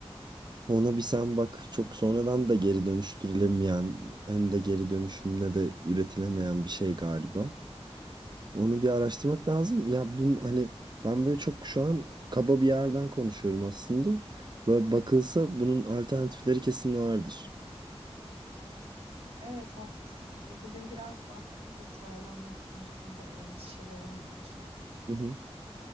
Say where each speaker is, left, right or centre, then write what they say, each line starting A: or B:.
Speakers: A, on the right (about 45°); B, on the right (about 70°).
A: Ona bir sen bak çok sonradan da geri dönüştürülemeyen hem de geri dönüşümle de üretilemeyen bir şey galiba. Onu bir araştırmak lazım. Ya bunun hani ben böyle çok şu an kaba bir yerden konuşuyorum aslında. Böyle bakılsa bunun alternatifleri kesin vardır.
B: Evet haklısın. Ya bugün biraz baktık da sağlamlık konusunda endişelerim var.
A: Hı hı.